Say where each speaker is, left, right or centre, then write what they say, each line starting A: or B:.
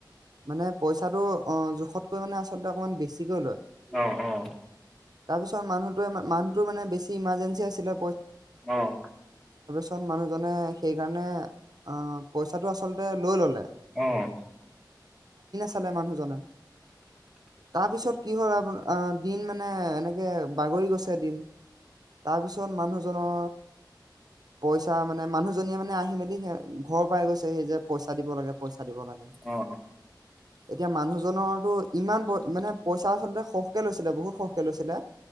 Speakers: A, on the right; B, in the centre.
A: মানে পইচাটো অ'- জোখতকৈ মানে আচলতে অকণমান বেছিকৈ লয়।
B: অ'-অ'।
A: তাৰপিছত মানুহটোৱে মানুহটোৰ মানে বেছি ইমাৰ্জেঞ্চি আছিলে
B: অ'।
A: ন মানুহজনে সেইকাৰণে অ'- পইচাটো আচলতে লৈ ল'লে।
B: অ'।
A: চালে মানুহজনে। তাৰপিছত কি হ'ল আপোনা- আ- দিন মানে, এনেকে বাগৰি গৈছে দিন। তাৰপিছত মানুহজনৰ পইচা মানে, মানুহজনীয়ে মানে আহি-মেলি সে- ঘৰ পাই গৈছেহি যে, পইচা দিব লাগে - পইচা দিব লাগে।
B: অ অ
A: এতিয়া মানুহজনৰতো ইমান প- মানে পইচা আচলতে সৰহকে লৈছিলে, বহুত সৰহকে লৈছিলে।